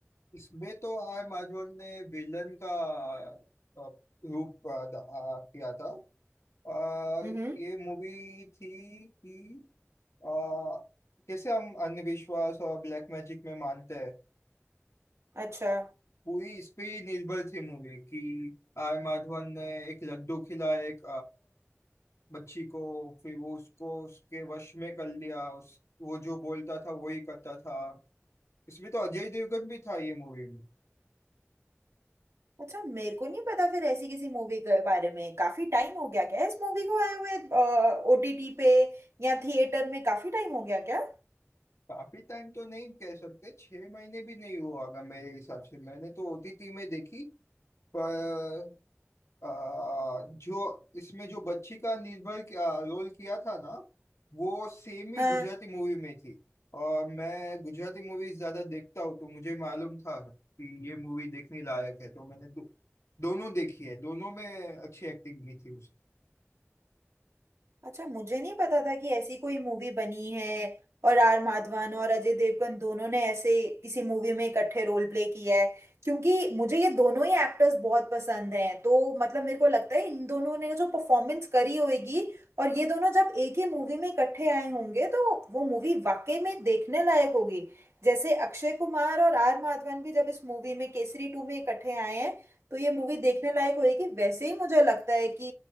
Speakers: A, on the left (about 80°); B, on the right (about 75°).
A: इसमें तो आर माधवन ने विलन का अ, रूप अ, द- अ, किया था अ,
B: हम्म
A: ये मूवी थी कि अ, कैसे हम अंधविश्वास और ब्लैक मैजिक में मानते हैं
B: अच्छा
A: पूरी इस पे ही निर्भर थी मूवी कि आर माधवन ने एक लड्डू खिला एक बच्ची को फिर वो उसको उसके वश में कर लिया उस वो जो बोलता था वही करता था इसमें तो अजय देवगन भी था ये मूवी में
B: अच्छा मेरे को नहीं पता फिर ऐसी किसी मूवी के बारे में काफी टाइम हो गया क्या इस मूवी को आए हुए ओटीटी पे या थिएटर में काफी टाइम हो गया क्या
A: काफी टाइम तो नहीं कह सकते छह महीने भी नहीं हुआ होगा मेरे हिसाब से मैंने तो ओटीटी में देखी पर अ, जो इसमें जो बच्ची का निर्भय किया- रोल किया था ना वो सेम ही
B: हाँ
A: गुजराती मूवी में थी और मैं गुजराती मूवी ज्यादा देखता हूँ तो मुझे मालूम था कि ये मूवी देखने लायक है तो मैंने दो, दोनों देखी है दोनों में अच्छी एक्टिंग की थी उसने
B: अच्छा मुझे नहीं पता था कि ऐसी कोई मूवी बनी है और आर माधवन और अजय देवगन दोनों ने ऐसे किसी मूवी में इकट्ठे रोल प्ले किया है क्योंकि मुझे ये दोनों ही एक्टर्स बहुत पसंद हैं तो मतलब मेरे को लगता है इन दोनों ने जो परफॉर्मेंस करी होगी और ये दोनों जब एक ही मूवी में इकट्ठे आए होंगे तो वो मूवी वाकई में देखने लायक होगी जैसे अक्षय कुमार और आर माधवन भी जब इस मूवी में केसरी टू में इकट्ठे आए हैं तो ये मूवी देखने लायक होगी वैसे ही मुझे लगता है कि